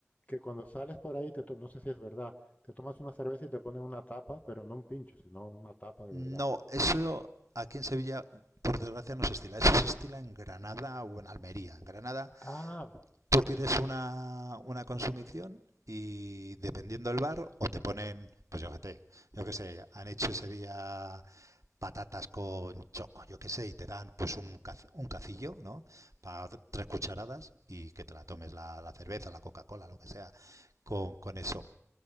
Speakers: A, on the left; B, on the right.
A: que cuando sales por ahí, te to- no sé si es verdad, te tomas una cerveza y te ponen una tapa, pero no un pincho, sino una tapa de
B: No,
A: verdad.
B: eso aquí en Sevilla, por desgracia, no se estila. Eso se estila en Granada o en Almería. En Granada
A: Ah,
B: tú pides una, una consumición y dependiendo del bar, o te ponen, pues yo qué sé, yo qué sé, han hecho ese día patatas con choco, yo qué sé, y te dan pues un, caci- un cacillo, ¿no? Para tres cucharadas y que te la tomes la, la cerveza, la Coca-Cola, lo que sea, con, con eso.